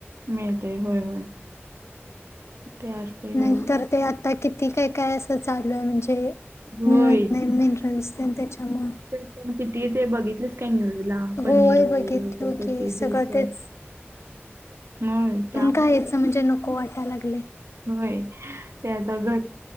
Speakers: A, on the right (about 75°); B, on the left (about 85°).
A: मिळते होय होय ते असतय व्यव
B: नाहीतर ते आ आता किती काय काय असं चालू आहे म्हणजे
A: होय.
B: मिळत नाही मिनरल्स त्याच्यामु
A: ण किती ते बघितलेस कॅन्यूज ला पनीर
B: होय
A: वगैरेच.
B: बघितलो की सगळं तेच
A: हो त्या.
B: गायचं म्हणजे नको वाटाला लागले.
A: होय त्या आता घट.